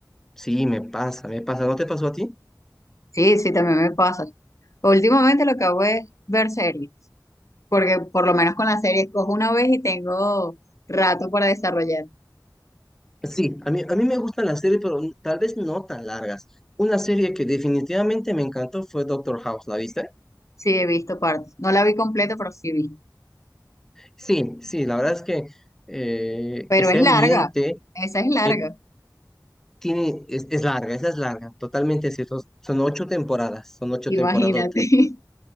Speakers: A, in the centre; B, on the left.
A: sí, me pasa, me pasa, ¿no te pasó a ti?
B: Sí, sí, también me pasa. Últimamente lo que hago es ver series. porque por lo menos con la serie escojo una vez y tengo rato para desarrollar.
A: Sí, a mí, a mí me gustan las series, pero n- tal vez no tan largas. Una serie que definitivamente me encantó fue Doctor House, ¿la viste?
B: Sí, he visto partes. No la vi completa, pero sí vi.
A: Sí, sí, la verdad es que eh,
B: Pero
A: ese
B: es larga,
A: ambiente
B: esa es larga,
A: eh, tiene, es, es larga, esa es larga, totalmente cierto. Son ocho temporadas, son ocho
B: imagínate.
A: temporadotas,
B: <laughs>